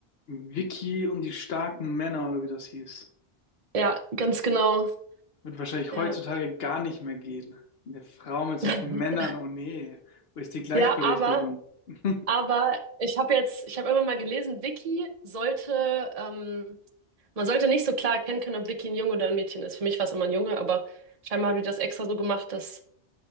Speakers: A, on the left (about 70°); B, on the right (about 40°).
A: Vicky und die starken Männer, oder wie das hieß,
B: Ja, ganz genau.
A: wird wahrscheinlich
B: Ja.
A: heutzutage gar nicht mehr gehen. Eine Frau mit so
B: <laughs>
A: vielen Männern, oh nee, wo ist die Gleichberechtigung?
B: Ja, aber,
A: <laughs>
B: aber ich habe jetzt, ich habe immer mal gelesen, Vicky sollte, ähm, man sollte nicht so klar erkennen können, ob Vicky ein Junge oder ein Mädchen ist. Für mich war es immer ein Junge, aber scheinbar haben die das extra so gemacht, dass